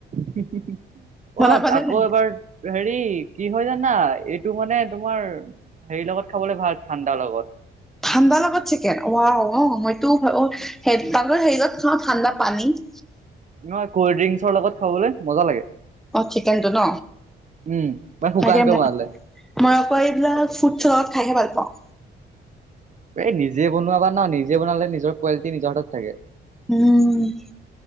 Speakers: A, on the right; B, in the centre.
A: হিঃ হিঃ হিঃ।
B: বনাবা
A: অ
B: নে
A: আকৌ
B: নাই
A: এবাৰ হেৰি কি হয় জানা এই টো মানে তোমাৰ হেৰি লগত খাবলে ভাল ঠাণ্ডা লগত।
B: ঠাণ্ডা লগত চিকেন ৱাও ৱাও, মইতো অ হেৰিত খাওঁ <unintelligible> ঠাণ্ডা পানী <inaudible>
A: নহয় ক'ল্ড ড্ৰিংকছৰ লগত খাবলে মজা লাগে।
B: অ চিকেনটো ন?
A: উম মানে শুকানকে
B: তাকে মই
A: বনালে
B: মই আকৌ এইবিলাক ফ্ৰুইটছৰ লগত খাইহে ভাল পাওঁ।
A: এই নিজে বনাবা না, নিজে বনালে নিজৰ কোৱালিটি নিজৰ তাত থাকে।
B: উম।